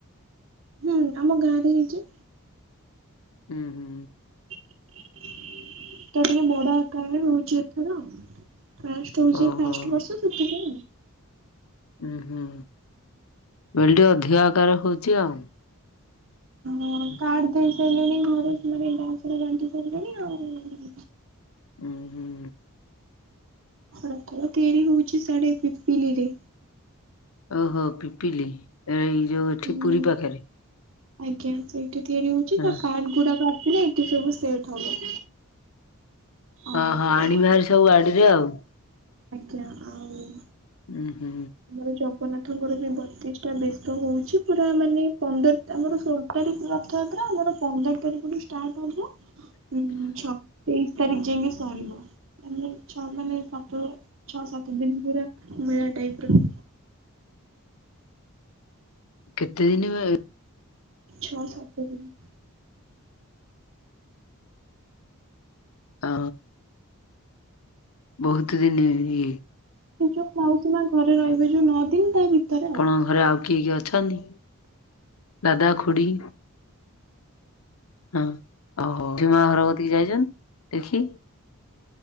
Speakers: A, on the right (about 60°); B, on the left (about 75°).
A: ହୁଁ ଆମ ଗାଁ ରେ ହେଇଚି।
B: ଉ ହୁଁ।
A: ତ ଟିକେ ବଡ ଆକାରରେ ରହୁଚି ଏଥର <unintelligible> ହୋଉଛି
B: ଓହୋ
A: ଫାଷ୍ଟ ବର୍ଷ ସେଥିପାଇଁ ଆଉ।
B: ଉହୁଁ- ମୁଁ କହିଲି ଟିକିଏ ଅଧିକା ଆକାର ହଉଚି ଆଉ।
A: ଆଉ କାର୍ଡ ଦେଇ ସାରିଲେଣି ଘରେ ସେମାନେ ଗାଁ ସାରା ବାଣ୍ଟି ସାରିଲେଣି ଆଉ।
B: ଉ ହୁଁ।
A: ରଥ ତିଆରି ହଉଚି ସିଆଡେ ପିପିଲି ରେ।
B: ଓହୋ ପିପିଲି ଏ ଏଇ ଯୋଉ ଏଠି
A: ହୁଁ
B: ପୁରୀ ପାଖରେ।
A: ଆଜ୍ଞା ସେଇଠି ତିଆରି ହଉଚି
B: ହଁ
A: ତା ପାଟ ଗୁଡାକ ଆସିଲେ ଏଠି ସବୁ ସେଟ୍ ହବ। ଆଉ
B: ଅ ହ-ଆଣିବେ ହାରି ସବୁ ଗାଡିରେ ଆଉ।
A: ଆଜ୍ଞା ଆଉ
B: ଉ ହୁଁ।
A: ଆମର ଜଗନ୍ନାଥଙ୍କର ବି ବତିଷ୍ଟ୍ ଟା ବେଶ ହଉଚି ପୁରା ମାନେ ପନ୍ଦର ଆମର ଷୋଳ ତାରିଖ ରଥଯାତ୍ରା ଆମର ପନ୍ଦର ତାରିଖରୁୁ ଷ୍ଟାର୍ଟ ହବ। ଉ ଛତେଇଶ୍ ତାରିଖ ଯାଇକି ସରିବ ମାନେ ଛଅ ମାନେ ସାତ ଛଅ ସାତ ଦିନ ପୁରା ମେଳା ଟାଇପ୍ ର
B: କେତେ ଦିନି ହୁଏ?
A: ଛଅ ସାତ ଦିନ।
B: ହ ବହୁତ ଦିନ ଇଏ।
A: ସେ ଯୋଉ ମାଉସୀ ମା ଘରେ ରହିବେ ଯୋଉ ନଅ ଦିନ ତା ଭିତରେ ଆଉ।
B: ତମ ଘରେ ଆଉ କି କେ ଅଛନ୍ତି? ଦାଦାଖୁଡ଼ି ହଁ ଓହୋ ମା ଭରବତୀ ଯାଇଛନ୍ ଦେଖି